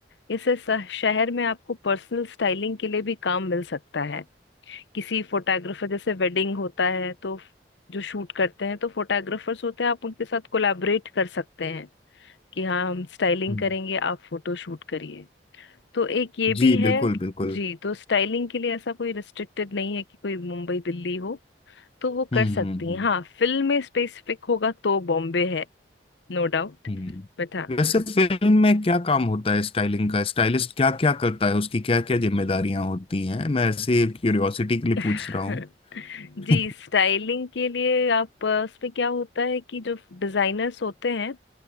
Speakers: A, on the left; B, on the left.
A: ऐसे श- शहर में आपको पर्सनल स्टाइलिंग के लिए भी काम मिल सकता है किसी फोटोग्राफर जैसे वेडिंग होता है तो जो शूट करते हैं तो फोटोग्राफर्स होते हैं आप उनके साथ कोलैबोरेट कर सकते हैं कि हाँ हम स्टाइलिंग
B: हम्म,
A: करेंगे आप फोटो शूट करिए तो एक ये भी
B: जी बिल्कुल
A: है
B: बिल्कुल
A: जी तो स्टाइलिंग के लिए ऐसा कोई रिस्ट्रिक्टेड नहीं है कि कोई मुंबई दिल्ली हो तो वो
B: हम्म
A: कर सकती
B: हम्म हम्म,
A: हैं हाँ फिल्म में स्पेसिफिक होगा तो बॉम्बे है नो डाउट
B: हम्म।
A: बट हाँ
B: वैसे फिल्म में क्या काम होता है स्टाइलिंग का स्टाइलिस्ट क्या क्या करता है उसकी क्या क्या जिम्मेदारियां होती हैं मैं ऐसे क्यूरियोसिटी के लिए
A: <laughs>
B: पूछ रहा हूँ
A: जी
B: <laughs>
A: स्टाइलिंग के लिए आप अ, उसमें क्या होता है कि जो डिजाइनर्स होते हैं